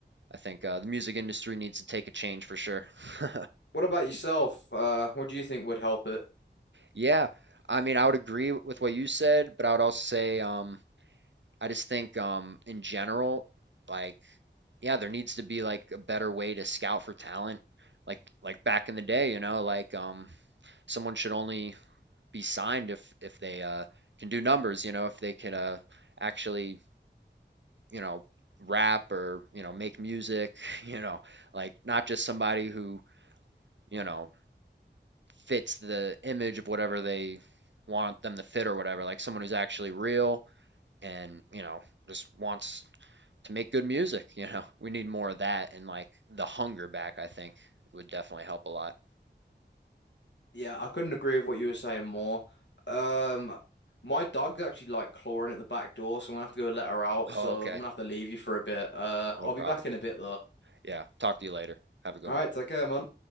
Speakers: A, on the right; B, on the left.
A: I think uh, the music industry needs to take a change for sure. <laughs>
B: What about yourself? Uh, what do you think would help it?
A: Yeah, I mean, I would agree with what you said, but I would also say, um, I just think, um, in general, like, yeah, there needs to be like a better way to scout for talent, like, like back in the day, you know, like, um, someone should only be signed if if they uh can do numbers, you know, if they can uh actually, you know, rap or you know make music, <laughs> you know, like not just somebody who you know fits the image of whatever they want them to fit or whatever, like someone who's actually real and you know just wants to make good music you know we need more of that and like the hunger back i think would definitely help a lot
B: Yeah, I couldn't agree with what you were saying more. Um, my dog's actually like clawing at the back door, so I'm gonna have to go let her out. So
A: oh okay
B: I'm gonna have to leave you for a bit. Uh, I'll
A: no problem
B: be back in a bit though.
A: yeah talk to you later have a good
B: All
A: one
B: right,
A: Yep.
B: take care, man.